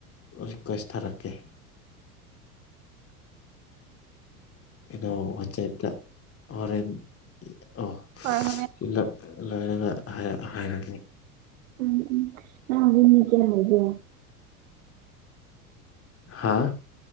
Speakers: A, on the left; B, on the right.
A: ꯔꯤꯀ꯭ꯋꯦꯁ ꯊꯥꯔꯛꯀꯦ ꯀꯩꯅꯣ ꯋꯥꯆꯦꯞꯇ ꯍꯣꯔꯦꯟ ꯑꯣ
B: ꯍꯣꯏ ꯍꯣꯔꯦꯟ
A: ꯁꯤꯂ ꯂꯣꯏꯔꯒ ꯍꯥꯏ ꯍꯥꯏꯔꯒꯦ
B: ꯎꯝ ꯎꯝ ꯅꯪ ꯍꯧꯖꯤꯛ ꯃꯤ ꯀ꯭ꯌꯥ ꯂꯩꯒꯦ
A: ꯍꯥꯥ